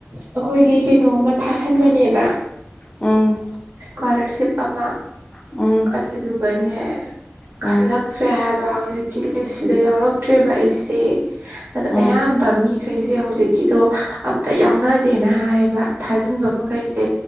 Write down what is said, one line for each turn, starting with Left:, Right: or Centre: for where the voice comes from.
Right: ꯑꯩꯈꯣꯏꯒꯤ ꯀꯩꯅꯣꯝꯃ ꯊꯥꯁꯟꯕꯅꯦꯕ
Left: ꯎꯝ
Right: ꯏꯁꯀꯣꯂꯔꯁꯤꯞ ꯑꯃ
Left: ꯎꯝ
Right: ꯑꯗꯨꯗꯨꯒꯅꯦ ꯎꯝ <unintelligible>
Left: ꯎꯝ
Right: ꯈꯜꯂꯛꯇ꯭ꯔꯦ ꯍꯥꯏꯕ ꯍꯧ ꯍꯧꯖꯤꯛꯀꯤ ꯂꯤꯁꯁꯤꯗ ꯌꯥꯎꯔꯛꯇ꯭ꯔꯦꯕ ꯑꯩꯁꯦ ꯑꯣ
Left: ꯎꯝ
Right: ꯑꯌꯥꯝꯕ ꯃꯤ ꯀꯩꯁꯦ ꯍꯧꯦ ꯍꯧꯖꯤꯛꯀꯤꯗꯣ ꯑꯝꯇ ꯌꯥꯎꯅꯗꯦꯅ ꯍꯥꯏꯌꯦꯕ ꯊꯥꯖꯤꯟꯕ ꯃꯈꯩꯁꯦ